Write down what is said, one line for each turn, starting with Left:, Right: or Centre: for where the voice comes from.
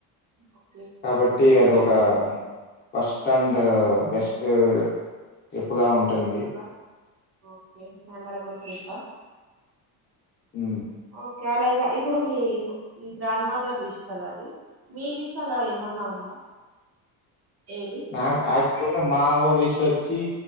Right: ఓకే ఓకే
Left: కాబట్టి అది ఒక ఫస్ట్ అండ్ బెస్ట్ ట్రిప్ గా ఉంటుంది
Right: ట్రిప్పా ఓకే మెమొరబుల్ ట్రిప్ప
Left: హ్మ్
Right: ఓకే అలా గ ఇప్పుడు మీ మీ గ్రాండ్ మదర్ విష్ కదా అది మీ విష్ అలా ఏమన్నా ఉందా ఏది
Left: నాక్ అక్చుల్గా మా అవ్వ విష్ వచ్చి